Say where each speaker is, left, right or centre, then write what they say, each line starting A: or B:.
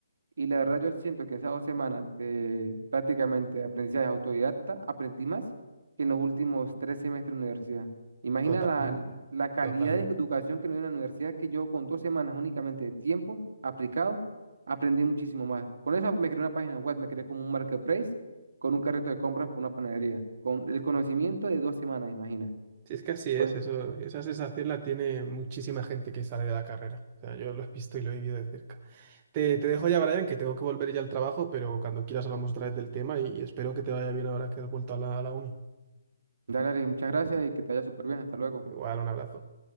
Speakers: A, on the right; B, on the right.
A: y la verdad yo siento que en esas dos semanas de prácticamente aprendizaje autodidacta, aprendí más que en los últimos tres semestres de universidad. Imagina
B: totalmente,
A: la, la calidad
B: totalmente.
A: de educación que me dio la universidad, que yo con dos semanas únicamente de tiempo aplicado, aprendí muchísimo más. Con eso me creé una página web, me creé como un marketplace con un carrito de compras por una panadería, con el conocimiento de dos semanas, imagina.
B: Sí, es que así es,
A: Pues,
B: eso, esa sensación la tiene muchísima gente que sale de la carrera. O sea, yo lo he visto y lo he vivido de cerca. Te, te dejo ya, Brian, que tengo que volver ya al trabajo, pero cuando quieras hablamos otra vez del tema y espero que te vaya bien ahora que has vuelto a la, a la uni.
A: dale, Alex, muchas gracias y que te vaya súper bien. Hasta luego.
B: Igual, un abrazo.